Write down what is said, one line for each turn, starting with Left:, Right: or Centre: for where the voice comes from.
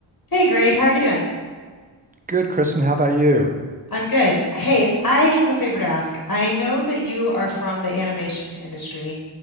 Left: Hey Greg, how are you doing?
Right: Good, Kristen. How about you?
Left: I'm good. Hey, I have a favor to ask. I know that you are from the animation industry,